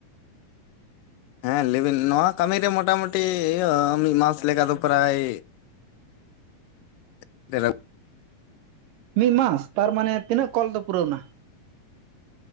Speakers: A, on the left; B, on the right.
A: ᱦᱮᱸ ᱞᱟᱹᱭᱵᱤᱱ ᱱᱚᱣᱟ ᱠᱟᱹᱢᱤᱨ ᱨᱮ ᱢᱚᱴᱟᱟᱢᱩᱴᱤ ᱤᱭᱟᱹ ᱢᱤᱫ ᱢᱟᱥ ᱞᱮᱠᱟ ᱫᱚ ᱯᱨᱟᱭ <inaudible>
B: ᱢᱤᱫ ᱢᱟᱥ ᱛᱟᱨᱢᱟᱱᱮ ᱛᱤᱱᱟᱹᱜ ᱠᱚᱞ ᱫᱚ ᱯᱩᱨᱟᱹᱣ ᱱᱟ